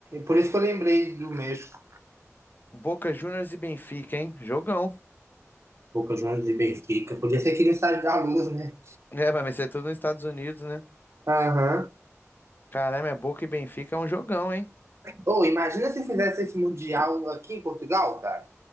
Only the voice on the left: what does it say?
Boca Juniors e Benfica, hein? Jogão.
É, mas vai ser tudo nos Estados Unidos, né?
Caramba, é Boca e Benfica é um jogão, hein?